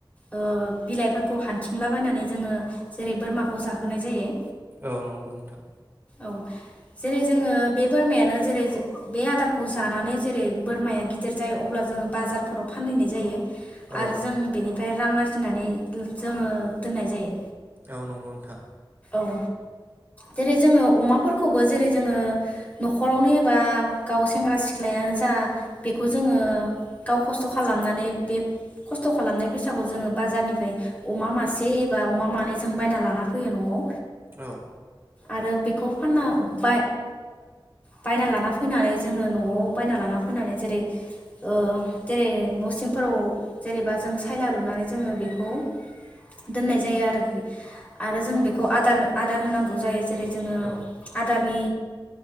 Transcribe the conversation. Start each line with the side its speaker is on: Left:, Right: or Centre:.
Left: ओ बिलाइफोरखौ हान्थिंलाबायनानै जोङो जेरै बोरमाखौ जाहोनाय जायो
Right: औ नंगौ नोंथां
Left: औ जेरै जोङो बे बोरमायानो जेरै बे आदारखौ जानानै जेरै बोरमाया गिदिर जायो अब्ला जोङो बाजारफोराव फानहैनाय जायो
Right: औ
Left: आरो जों बेनि ओमफ्राय रां आरजिनानै जोङो दोननाय जायो
Right: औ नंगौ नोंथां
Left: औ जेरै जोङो अमाफोरखौबो जेरै जोङो न'खरावनो एबा गाव सेंग्रा सिख्लायानो जा बेखौ जोङो गाव खस्थ' खालामनानै बे खस्थ' खालामनाय फैसाखौ जोङो बाजारनिफ्राय अमा मासे एबा अमा मानै जों बायना लाना फैयो न'आव
Right: औ
Left: आरो बेखौ फानना ब बायना लाना फैनानै जोङो न'आव बायना लाना फैनानै जेरै ओ जेरै न' सिंफोराव जेनेबा जों सायला लुनानै जोङो बेखौ दोननाय जायो आरोखि आरो जों बेखौ आदार आदार होनांगौ जायो जेरै जोङो
Right: औ
Left: आदारनि